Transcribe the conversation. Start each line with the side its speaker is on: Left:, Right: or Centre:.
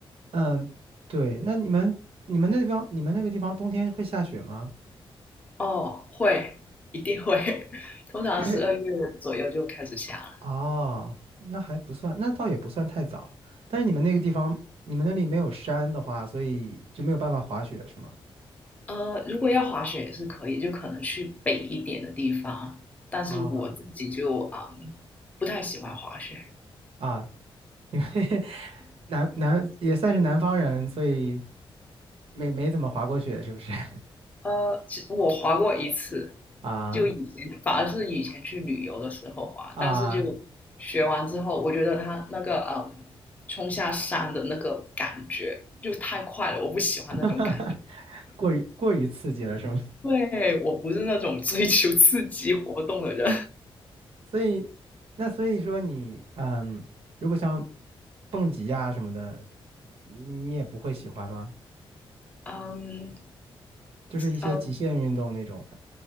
Right: 嗯，对。那你们你们那边你们那个地方冬天会下雪吗？
Left: 哦，会，一定会。<laughs> 通常十二月左右就开始下了。
Right: 但是哦，那还不算，那倒也不算太早。但是你们那个地方，你们那里没有山的话，所以就没有办法滑雪，是吗？
Left: 呃，如果要滑雪也是可以，就可能去北一点的地方。但是我自己就嗯不太喜欢滑雪。
Right: 啊啊，因为 <laughs> 南南也算是南方人，所以没没怎么滑过雪，是不是？<laughs>
Left: 呃，其我滑过一次，
Right: 啊
Left: 就以前反而是以前去旅游的时候滑，
Right: 啊
Left: 但是就学完之后，我觉得他那个嗯冲下山的那个感觉就太快了，我不喜欢那种感觉。
Right: <laughs> 哈哈，过于过于刺激了，是吗？
Left: 对，我不是那种追求刺激活动的人。
Right: 所以，那所以说你，嗯，如果像蹦极呀什么的，你也不会喜欢吗？
Left: <laughs> 嗯，
Right: 就是一些极限运动那种的
Left: 嗯